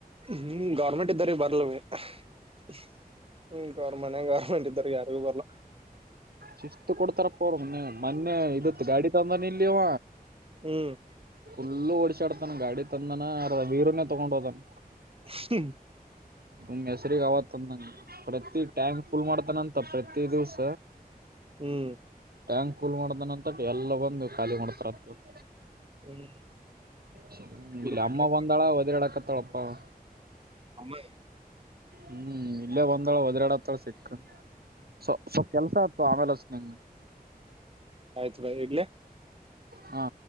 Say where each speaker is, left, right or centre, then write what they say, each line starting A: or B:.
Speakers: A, on the right (about 35°); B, on the right (about 75°).
A: ಹ್ಮ್ ಗೌರ್ಮೆಂಟ್ ಇದ್ದಾರ ಬರ್ಲವ ಹ್ಮ ಗರ್ಮನ್ಯಾಗ ಗೌರ್ಮೆಂಟ್ ಇದ್ರ ಯಾರಗೂ ಬರಲ
B: ಶಿಸ್ತ್ ಕೊಡ್ತಾರಪ್ಪ ಅವರು ಮೊನ್ನೆ ಇದತ್ ಗಾಡಿ ತಂದಾನ ಇಲ್ಲಿವ
A: ಹ್ಮ್
B: ಫುಲ್ ಓಡಶಾಡತಾನ ಗಾಡಿ ತಂದನ ಅರದ ವೀರನೇ ತೊಗೊಂಡ್ ಹೋದನ್
A: ಹ್ಮ
B: ಸುಮ್ ಹೆಸ್ರಿಗ್ ಅವ ತಂದಂಗ ಪ್ರತಿ ಟ್ಯಾಂಕ್ ಫುಲ್ ಮಾಡ್ತಾನಂತ ಮತ್ತ ಪ್ರತಿ ದಿವಸ
A: ಹ್ಮ್
B: ಟ್ಯಾಂಕ್ ಫುಲ್ ಮಾಡ್ದನ ಅಂತ ಎಲ್ಲ ಬಂದು ನೀವು ಖಾಲಿ ಮಾಡ್ತಾರಂತ ಇವ್ರು
A: ಹ್ಮ್
B: ಹ್ಮ
A: ಕುಡ್ಬೇಕ
B: ಇಲ್ಲ ಅಮ್ಮ ಬಂದಾಳ ಒದರ್ಯಾಡಕತ್ತಾಳಪ್ಪ ಹಾ
A: ಅಮ್ಮೇ
B: ಹ್ಮ್ ಇಲ್ಲೇ ಬಂದಳ ವದ್ರ್ಯಾಡಕತ್ತಾಳ ಸಿಕ್ ಸ್ ಸ ಕೆಲ್ಸ ಆತ್ತು ಆಮೇಲೆ <unintelligible>
A: ಆಯ್ತು ಬಾಯ್ ಇಡ್ಲಿ
B: ಹಾ